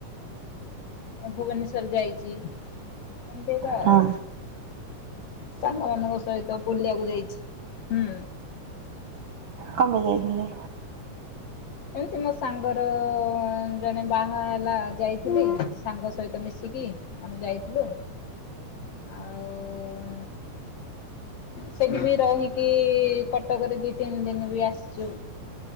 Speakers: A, on the left (about 55°); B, on the right (about 65°).
A: ଭୁବନେଶ୍ଵର ଯାଇଛି ଏମିତିକା
B: ହଁ
A: ଆଉ। ସାଙ୍ଗମାନଙ୍କ ସହିତ ବୁଲିବାକୁ ଯାଇଛି ହୁଁ।
B: କଣ ପାଇଁ ଯାଇଥିଲି।
A: ଏମିତି ମୋ ସାଙ୍ଗର ଜଣେ ବାହା ହେଲା ଯାଇଥିଲି ସାଙ୍ଗ ସହିତ ମିଶିକି ଆମେ ଯାଇଥିଲୁ। ଆଉ ସେଠି ବି ରହିକି କଟକ ଦି ତିନି ଦିନ ବି ଆସିଛୁ।